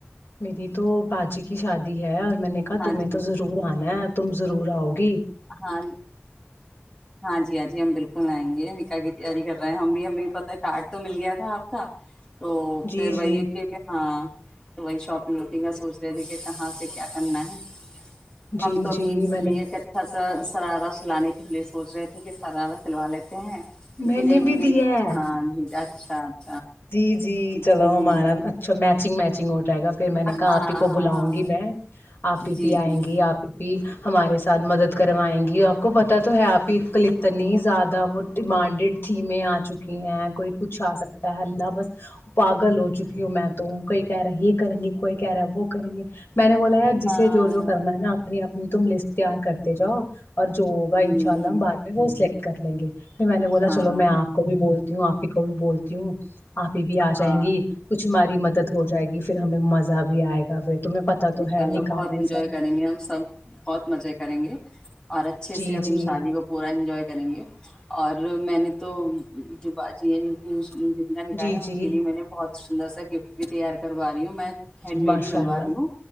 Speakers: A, on the left; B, on the left.
A: میری تو باجی کی شادی ہے اور میں نے کہا
B: ہاں
A: تمہیں
B: جی
A: تو
B: ہاں جی
A: ضرور آنا ہے تم ضرور <unintelligible> راؤ گی <unintelligible>
B: ہاں ہاں جی ہاں جی ہم بالکل آئیں گے نکاح کی تیاری کر رہے ہیں ہم بھی ہمیں پتا ہے کارڈ تو مل گیا تھا آپ کا <unintelligible> تو
A: جی
B: پھر وہی
A: جی
B: ہے کہ کہ ہاں <unintelligible> تو وہی شاپ میں روکے گا سوچ رہے تھے کہ کہاں سے کیا کرنا ہے ہم
A: جی
B: تو اپنی
A: جی
B: اس
A: میں
B: لیے
A: نے
B: کہ <unintelligible> ا سرارہ سلانے کے لیے سوچ رہے تھے کہ سرارا سلوا لیتے ہیں کیونک
A: میں
B: ریڈی
A: نے بھی
B: مڈ
A: دیا ہے
B: ہاں اچھا <unintelligible>
A: جی جی
B: ہوں
A: چلو ہمارا اچھا میچنگ میچنگ ہو جائے گا پھر میں نے
B: ہاں
A: کہا آپ ہی
B: ہاں
A: کو بلاؤں
B: ہاں
A: گی میں آپ ہی
B: جی
A: بھی آئیں
B: جی
A: گی آپ ہی <unintelligible> ہمارے ساتھ مدد کروائیں گی آپ کو پتہ تو ہے آپ ہی کل اتنی زیادہ وہ ڈیمانڈیڈ تھیمیں آ چکی ہیں <unintelligible> کوئی کچھ آ سکتا <unintelligible> تا حلہ بس پاگل ہو چکی <unintelligible> م <unintelligible> تو کوئی کہہ رہا ہے یہ کریں گے کوئی کہہ رہا ہے وہ کریں گے میں نے بولا یار جسے
B: ہاں
A: جو جو کرنا ہے نا اپنے آپ <unintelligible> تم لسٹ تیار کرتے جاؤ <unintelligible> اور جو ہوگا
B: ہوں
A: ان شاء اللہ ہم بع میں ہوسلے <unintelligible> کر لیں گے <unintelligible> پھر میں نے بولا
B: ہاں
A: چلو
B: ہاں
A: میں آ کو بھی بول وں آپ ہی کوبھی بول کیوں آپ بھی آ
B: ہاں
A: جائیں گی کچھ ہماری مدد ہو جائے گی پھر ہمیں مزہ بھی آئے گا پھر تمہیں پتا تو
B: انشاء
A: ہے
B: اللہ
A: نکاح
B: بہت
A: میں ہی
B: انجوائے
A: سب
B: کریں گے ہم سب بہت مزے کریں گے اور اچھے
A: جی
B: سے اپنی
A: جی جی
B: شادی کو پورا انجوائے کریں گے اور میں نے تو جو بازی ہے جو کہ جنا لکھا
A: جی
B: ہے
A: جی
B: ان کے لیے میں نے بہت سندر سا گفٹ بھی تیار کروا رہی ہوں میں ہیڈ
A: جی
B: مری
A: ماشاء
B: بنوا
A: اللہ
B: رہی ہوں